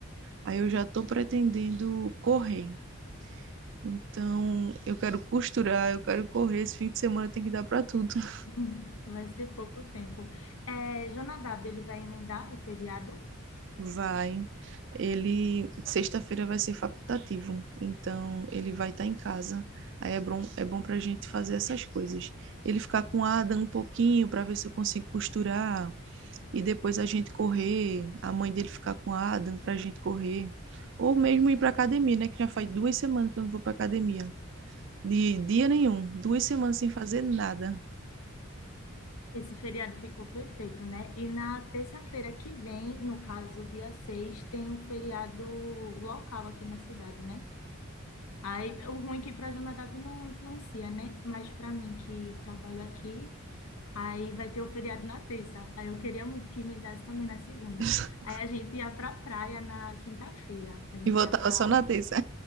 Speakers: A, on the right; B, on the left.
A: Aí eu já tô pretendendo correr. Então, eu quero costurar, eu quero correr. Esse fim de semana tem que dar para tudo. <laughs>
B: <laughs> Vai ser pouco tempo. É, Jonadab, ele vai emendar o feriado.
A: Vai. Ele, sexta-feira vai ser facultativo, então ele vai estar em casa. Aí é bom, é bom para a gente fazer essas coisas. Ele ficar com a Ada um pouquinho para ver se eu consigo costurar e depois a gente correr. A mãe dele ficar com a Adam para a gente correr. Ou mesmo ir para academia, né? Que já faz duas semanas que eu não vou para academia. De dia nenhum, duas semanas sem fazer nada.
B: Esse feriado ficou perfeito, né? E na terça-feira que vem, no caso, dia 6, tem um feriado local aqui na cidade, né? Aí, o ruim é que para Jonadab não influencia, né? Mas para mim que trabalho aqui, Aí vai ter o feriado na terça. Aí eu queria muito que me emendasse também na segunda.
A: <laughs>
B: Aí a gente ia pra praia na quinta-feira. A gente
A: E voltava
B: ia pra.
A: só na terça.